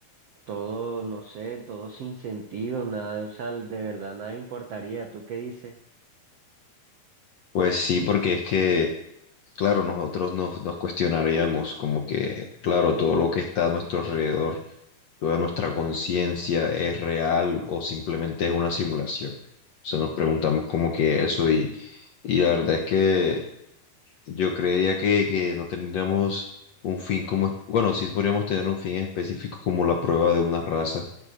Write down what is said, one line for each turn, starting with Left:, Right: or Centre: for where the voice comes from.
Right: todo, no sé, todo sin sentido, nada, o sea, de verdad nada importaría. ¿Tú qué dices?
Left: Pues sí, porque es que, claro, nosotros nos, nos cuestionaríamos como que, claro, todo lo que está a nuestro alrededor, toda nuestra conciencia es real o simplemente es una simulación. O sea, nos preguntamos como que eso y, y la verdad es que yo creería que, que no tendríamos un fin como, es- bueno, sí podríamos tener un fin específico como la prueba de una raza,